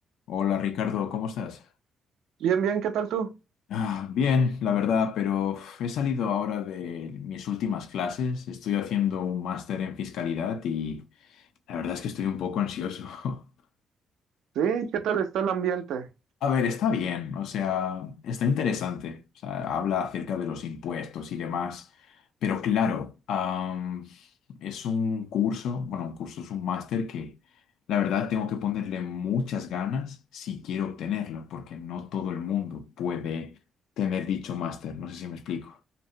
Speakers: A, on the left (about 80°); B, on the right (about 75°).
A: Hola Ricardo, ¿cómo estás?
B: Bien, bien, ¿qué tal tú?
A: Ah, bien, la verdad, pero uf, he salido ahora de mis últimas clases, estoy haciendo un máster en fiscalidad y la verdad es que estoy un poco ansioso. <laughs>
B: Sí, ¿qué tal está el ambiente?
A: A ver, está bien, o sea, está interesante. O sea, habla acerca de los impuestos y demás. Pero claro, am, es un curso, bueno, un curso es un máster que la verdad tengo que ponerle muchas ganas si quiero obtenerlo, porque no todo el mundo puede tener dicho máster. No sé si me explico.